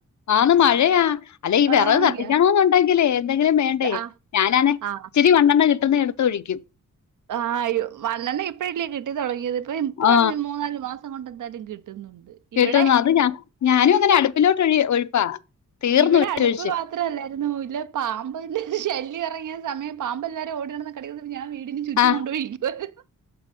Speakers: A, on the left; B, on the right.
A: ആന്ന് മഴയാ. അല്ലെ ഈ
B: ആ
A: വെറക് കത്തിക്കണോന്നുണ്ടെങ്കിലേ
B: ഗ്യാ-
A: എന്തെങ്കിലും വേ ണ്ടേ
B: ആ
A: ഞാനാനെ
B: ആ
A: ഇച്ചിരി മണ്ണെണ്ണ കിട്ടുന്ന എടുത്ത്‌ ഒഴിക്കും.
B: ആഹ് മണ്ണെണ്ണ ഇപ്പഴില്ലി കിട്ടി തൊടങ്ങിയത്. ഇപ്പൊ ഇപ്പൊ
A: ആ
B: മൂന്നാല് മാ സം കൊണ്ട് എന്തായാലും കിട്ടുന്നുണ്ട്.
A: കിട്ടുന്നത്
B: ഇവിടെ
A: അത് ഞ ഞാനും അങ്ങനെ അടുപ്പിലോട്ട് ഒഴി ഒഴിപ്പാ. തീർന്നു
B: ഇവിടെ
A: ഉച്ചൊഴിച്ച്
B: അടുപ്പ് മ ത്രല്ലരുന്ന് ഇല്ല പാമ്പിന്റെ ശല്യം എറങ്ങിയ സമയം പാമ്പ് എല്ലാവരെയും ഓടി നടന്ന് കടി ഞാൻ വീടിന് ചുറ്റും
A: ആ
B: കൊണ്ട് പോയി ഒഴിക്കുവായിരുന്നു.